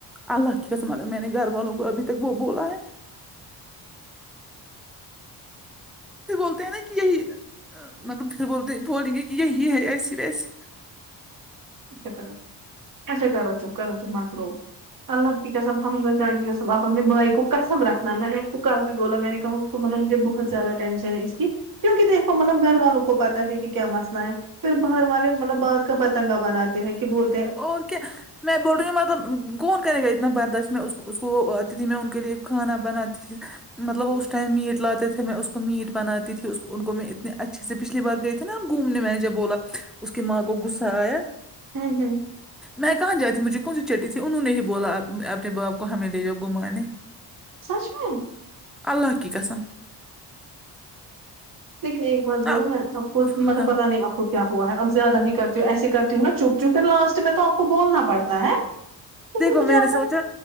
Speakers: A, in the centre; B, on the right.
A: اللہ کی قسم میں نے گھر والوں کو ابھی تک وہ بولا ہے پھر بولتے ہیں نا کہ یہی مطلب پھر بول بول گے کہ یہ یہی ہے ایسی ویسی
B: اچھا کرو اچھا کرو چپ کرو چپ مت رو اللہ کی قسم حمزہ جان کی قسم آپ اپنے بھائی کو قسم رکھنا میں نے اس کو کل بھی بولا میں نے کہا تو مطلب مجھے بہت زیادہ ٹینشن ہے اس کی کیونکہ دیکھو مطلب گھر والوں کو پتا ہے کہ کیا مسئلہ ہے پھر باہر والے مطلب بات کا پتنگا بناتے ہیں کہ بول
A: اور کیا میں بول رہی ہوں مطلب کون کرے گا اتنا برداشت میں اس اس کو وہ تھی میں ا ان کے لیے کھانا بناتی تھی مطلب وہ اس ٹائم میٹ لاتے تھے میں اس کو میٹ بناتی تھی ان کو میں اتنے اچھا سے پچھلی بار گئے تھے نا ہم گھومنے میں نے جب بولا اس کی ماں کو غصہ آیا
B: ہاں ہیں
A: میں کہاں جاتی مجھے کون سی چٹی تھی انہوں نے ہی بولا اپنے باپ کو ہمیں لے جاؤ گھمانے
B: سچ میں
A: اللہ کی قسم
B: لیکن ایک بات بولوں
A: اب
B: میں آپ کو مطلب
A: ہاں
B: پتا نہیں آپ کو کیا ہوا ہے اب زیادہ ہی کرتی ہوں ایسے کرتی ہوں نا چپ چونکہ لاسٹ میں تو آپ کو بولنا پڑتا ہے لیکن
A: دیکھو
B: مجھے
A: میں نے
B: آپ کا
A: سوچا